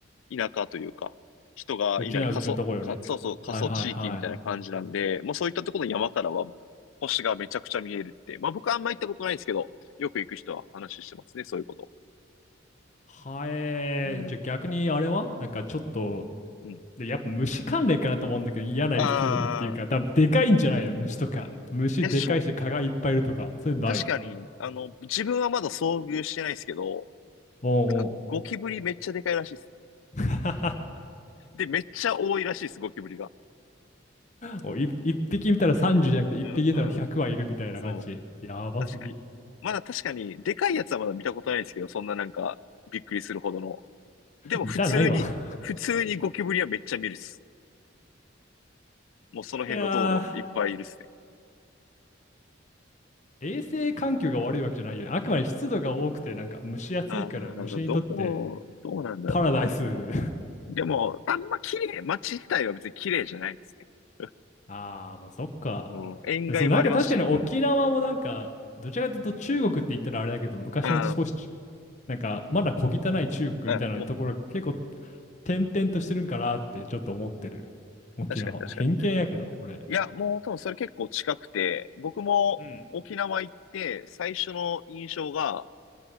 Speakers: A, on the left (about 80°); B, on the left (about 35°).
A: 田舎というか、人がいない過疎、
B: うちなうちのとこよね。
A: か、そうそう、過疎地域みたいな感じなんで、
B: はいはいはい。
A: もうそういったところの山からはもう星がめちゃくちゃ見えるって。まあ僕はあんま行ったことないんですけど、よく行く人は話してますね、そういうこと。
B: はえー、
A: うん、
B: じゃあ逆にあれはなんかちょっと、
A: うん。
B: で、やっぱ虫関連かなと思うんだけど、嫌なエピソードっていうか、
A: ああ、
B: 多分でかいんじゃないの虫とか。
A: うん。いや、
B: 虫でかいし、
A: しょ、
B: 蚊がいっぱいいるとか。そういうのないの
A: 確かに、あの、自分はまだ遭遇してないですけど、
B: お
A: なんかゴキブリめっちゃでかいらしいですね。
B: <laughs>
A: で、めっちゃ多いらしいです、ゴキブリが。
B: もうい一匹見たら30じゅうじゃなくて一匹見たら100はいるみたいな感じ。
A: うん、うん。そう。
B: やばすぎ。
A: 確かに。まだ確かに、でかいやつはまだ見たことないですけど、そんななんか、びっくりするほどの。でも普通に、
B: 見たないわ。
A: 普通にゴキブリはめっちゃ見るっす。もうその辺の道路いっぱいいるっすね。
B: <laughs> いやー。衛生環境が悪いわけじゃないよね。あくまで湿度が多くて、なんか蒸し暑いから虫にとって
A: ああ、どう、どうなんだろうな。
B: パラダイス。
A: でも、あんま綺麗、街自体は別に綺麗じゃないですね。<laughs>
B: <laughs> ああ、まあそっか。
A: うん、塩害もありますし、
B: そう、なんか確かに沖縄もなんか、
A: うん。
B: どちらかというと中国って言ったらあれだけど、昔の少しち、
A: あ
B: なんかまだ小汚い中国みたいなところが結構
A: あ、うん、も
B: 点々としてるんかなってちょっと思ってる。沖縄。
A: う、確かに確かに。
B: 偏見やけど、これ。
A: いや、もう多分それ結構近くて、僕も沖縄行って最初の印象が
B: うん。